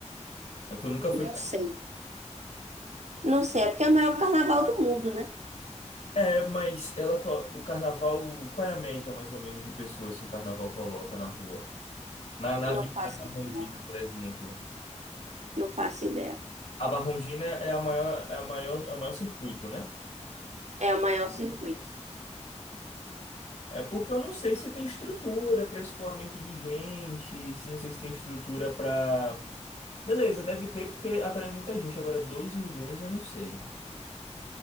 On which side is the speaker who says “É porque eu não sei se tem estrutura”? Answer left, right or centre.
Left